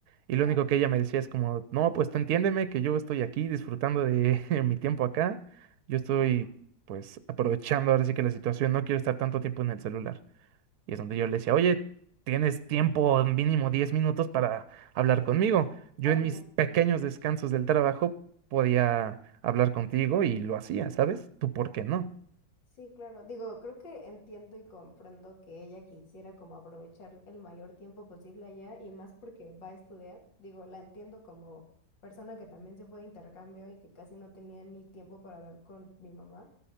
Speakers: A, on the right; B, on the left.
A: Y
B: Claro.
A: lo único que ella me decía es como, no, pues tú entiéndeme que yo estoy aquí disfrutando de <laughs> mi tiempo acá. Yo estoy,
B: Ajá.
A: pues, aprovechando ahora sí que la situación, no quiero estar tanto tiempo en el celular. Y es donde yo le decía, oye, tienes tiempo mínimo 10 minutos para hablar conmigo. Yo
B: Darme.
A: en mis pequeños
B: sí.
A: descansos del trabajo podía hablar contigo y lo hacía, ¿sabes? ¿Tú por qué no?
B: Sí, claro. Digo, creo que entiendo y comprendo que ella quisiera como aprovechar el mayor tiempo posible allá y más porque va a estudiar. Digo, la entiendo como persona que también se fue de intercambio y que casi no tenía ni tiempo para hablar con mi mamá.